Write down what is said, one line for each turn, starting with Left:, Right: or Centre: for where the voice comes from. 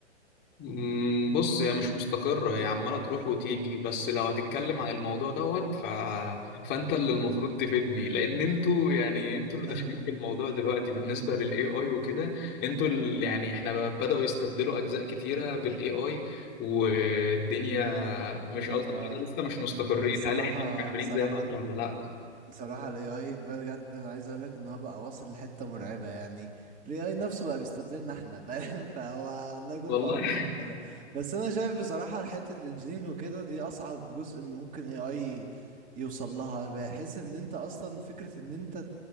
Left: مم، بص هي مش مستقرة هي عمالة تروح وتيجي بس لو هتتكلم عن الموضوع دوت ف... فأنت اللي المفروض تفيدني لأن أنتوا يعني أنتوا اللي
Right: <laughs>
Left: داخلين في الموضوع دلوقتي بالنسبة لل AI وكده أنتوا اللي يعني إحنا بدأوا يستبدلوا أجزاء كتيرة بال AI والدنيا مش ألطف
Right: اه
Left: حاجة لسه مش مستقرين
Right: هو بصراحة
Left: هل إحنا مكملين
Right: بصراحة
Left: زي ما إحنا ولا لأ؟
Right: بصراحة ال AI بجد أنا عايز أقولك إن هو بقى واصل لحتة مرعبة يعني ال AI نفسه بقى بيستبدلنا إحنا فاهم <laughs> فهو الله يكون
Left: والله
Right: في عونكم
Left: <laughs>
Right: أنتوا كمان بس أنا شايف بصراحة حتة ال engineering وكده دي أصعب جزء إن ممكن AI يوصل لها بحيث إن أنت أصلا فكرة إن أنت